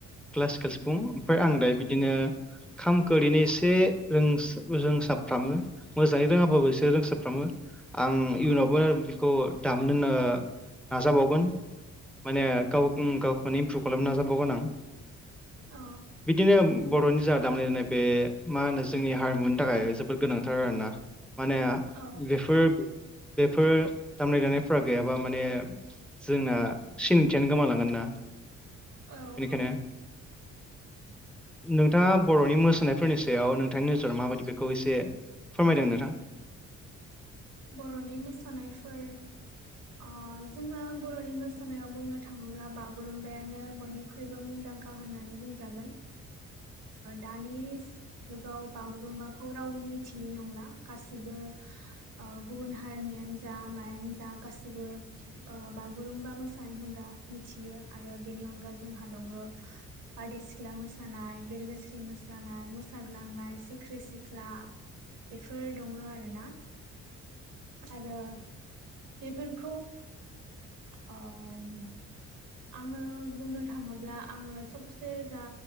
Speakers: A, in the centre; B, on the right (about 85°).
A: क्लासिकेल सिफुं ओमफाय आं दायो बिदिनो
B: औ
A: खामखौ ओरैनो एसे रोंस रोंसाबफ्रामो। मोजाङै रोङाबाबो एसे रोंसाबफ्रामो आं इयुनावबो
B: औ
A: बेखौ दामनो नो नाजा बावगोन। माने गाव गावखौनो इमप्रुभ खालामनो नाजाबावगोन आं
B: औ
A: बिदिनो बर'नि जा दामनाय देनाय बे मा होनो जोंनि हारिमुनि थाखाय जोबोद गोनांथार आरोना। माने
B: औ
A: बेफोर बेफोर दामनाय देनायफ्रा गैयाबा माने जोंना सिनायथियानो गोमालांगोन ना।
B: औ
A: बेनिखायनो
B: औ
A: नोंथाङा बर'नि मोसानायफोरनि सायाव नोंथांनि नोजोरा माबायदि बेखौ एसे फोरमायदो नोंथां।
B: बर'नि मोसानायफोर अ' जोङो बर'नि मोसानायाव बुंनो थाङोब्ला बागुरुम्बायानो बयनिख्रुइ ख्रुइबो मुंदांखा होननानै बुंजागोन दानि जुगाव बागुरुम्बाखौ रावबो मिथियै नंला गासिबो गुबुन हारिनियानो जा मायानो जा गासिबो ओ बागुरुम्बा मोसानाय होमबा मिथियो आरो बेनि अनगा जोंहा दङो बारदै सिख्ला मोसानाय, बिरगोस्रि मोसानाय, मोसाग्लांनाय, सिख्रि सिख्ला बेफोर दङ आरोना। आरो बेफोरखौ ओं आंङो बुंनो थाङोब्ला आंङो सबसे जा